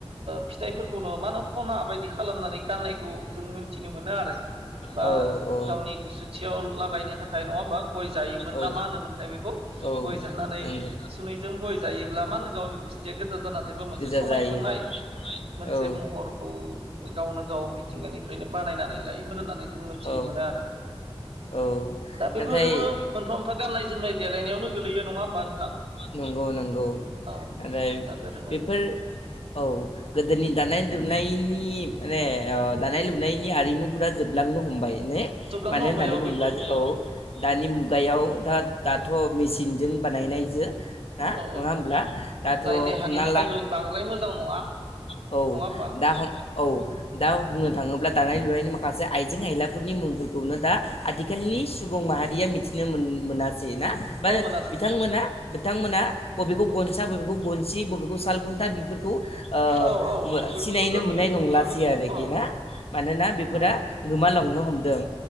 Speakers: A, on the right; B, on the left.
A: फिथाइफोर मानो खना बायदि खालामनानै गाननायखौ जों मिथिनो मोन आरो बा
B: औ
A: गावनि गुसुथियाव लागायनो थाखाय नङा हबा गय जायो। मोन
B: औ
A: ना मा होनोमोनथाय बेखौ
B: औ
A: गय जानानै
B: नंगौ
A: सुनैजों गय जायोब्ला मा होनो गावनि गुस्थिया गो जाना थायोबा मोनसे
B: गोजा
A: समायखांनाय
B: जायो
A: मोनसे
B: औ
A: महरखौ गावनो गाव मिथिंगानि नो बानायनानै लायोमोन होननानै जों मोनथिनो
B: औ
A: मोनो आरो
B: औ
A: दा बेफोरबो
B: नाथाय
A: ओमफा गाननाय जोमनाय देलायनायावनो गोलैयो नङा होमबा नोंथां?
B: नंगौ नंगौ
A: औ
B: आरो
A: दा दोरोङारि
B: बेफोर। औ गोदोनि दानाय लुनाय नि माने ओ दानाय लुनायनि आरिमुफोरा जोबलांनो हमबाय। बेनो
A: जोबलांनो
B: मानो होननानै
A: हमबाय औ
B: बुङोब्ला
A: बेफोरखौबो
B: औ
A: ओं
B: दानि मुगायाव दा दाथ' मेचिनजों बानायनायजो। हा
A: औ औ
B: नङा होमब्ला दाथ'
A: जाय देहानि
B: हमना
A: थाखायबो
B: ला
A: बांद्राय मोजां नङा
B: <unintelligible> औ
A: नङा होमबा
B: दा
A: नोंथां
B: औ दा बुंनो थाङोब्ला दानाय लुनायनि माखासे आइजें आइलाफोरनि मुंफोरखौनो दा आथिखालनि सुबुं माहारिया मिथिनो मोन-मोनाखै। ना बिथांमोना
A: औ मोनासै मोनासै
B: बिथांमोना बबेखौ गनसा बबेखौ गनसि बबे खौ साल खुन्था बेफोरखौ ओ
A: औ औ बेफोरखौथ'
B: सिनायनो मोननाय
A: दिनैनि
B: नंलासै
A: दिनाव
B: आरोखि
A: औ
B: ना? मानोना बेफोरा
A: औ
B: गोमालांनो हमदों